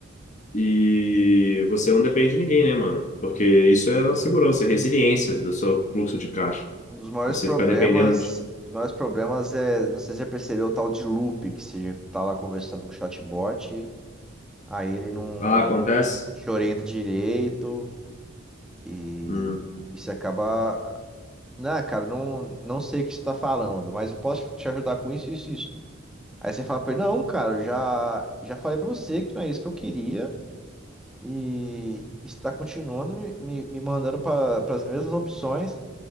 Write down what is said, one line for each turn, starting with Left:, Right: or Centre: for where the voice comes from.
Left: e você não depende de ninguém, né, mano? Porque isso é a segurança, é a resiliência do seu fluxo de caixa.
Centre: Um dos maiores
Left: Você
Centre: problemas,
Left: ficar dependendo de.
Centre: os maiores problemas é, não sei se você já percebeu o tal de loop, que você já tá lá conversando com o chatbot. Aí ele não,
Left: Ah, acontece?
Centre: não te orienta direito e
Left: Hum.
Centre: isso acaba. Não, cara, não, não sei o que você está falando, mas eu posso te ajudar com isso, isso, isso. Aí você fala para ele, não, cara, eu já, já falei para você que não é isso que eu queria e está continuando me, me, me mandando para as mesmas opções.